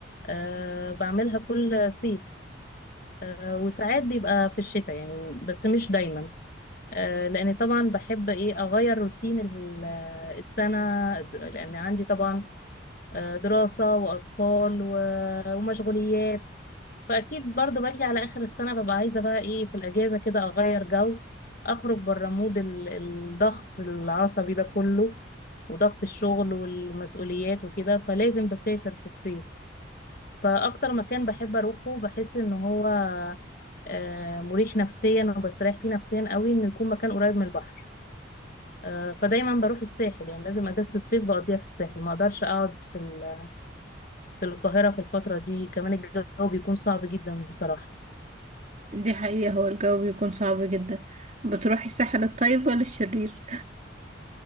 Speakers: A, on the left; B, on the right.
A: أه بعملها كل صيف أه وساعات بيبقى في الشتاء يعني بس مش دايما أه لان طبعا بحب ايه اغير روتين ال- آه، السنة د- لان عندي طبعا آه، دراسة واطفال و- ومشغوليات فاكيد برضو باجي على اخر السنه ببقى عايزه بقى ايه في الاجازه كده اغير جو اخرج بره مود ال- الضغط العصبي ده كله وضغط الشغل والمسؤوليات وكده فلازم بسافر في الصيف فاكتر مكان بحب اروحه بحس ان هو آه، مريح نفسيا وبستريح فيه نفسيا قوي انه يكون مكان قريب من البحر آه، فدايما بروح الساحل يعني لازم اجازة الصيف بقضيها في الساحل ما اقدرش اقعد في ال- في القاهرة في الفترة دي كمان الجو بيكون صعب جدا بصراحة
B: دي حقيقة هو الجو بيكون صعب جدا بتروحي الساحل الطيب ولا الشرير